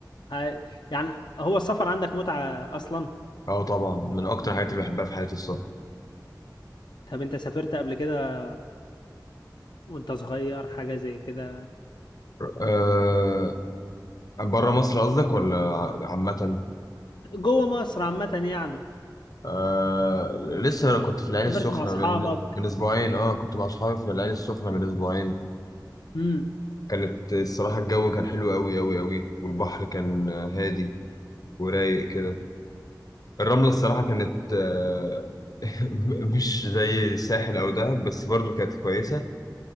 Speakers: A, on the left (about 80°); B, on the left (about 55°).
A: ه- يعني هو السفر عندك متعه اصلا
B: اه طبعا من اكتر الحاجات اللي بحبها في حياتي السفر
A: طب انت سافرت قبل كده وانت صغير حاجة زي كده
B: أه بره مصر قصدك ولا عامه
A: جوه مصر عامة يعني
B: آه لسه انا كنت في العين
A: سافرت
B: السخنة
A: مع اصحابك
B: من من أسبوعين أه كنت مع صحابي في العين السخنة من أسبوعين
A: امم
B: كانت الصراحة الجو كان حلو أوي أوي أوي والبحر كان آه، هادي ورايق كده الرملة الصراحة كانت آه <laughs> مش زي الساحل أو دهب بس برضو كانت كويسة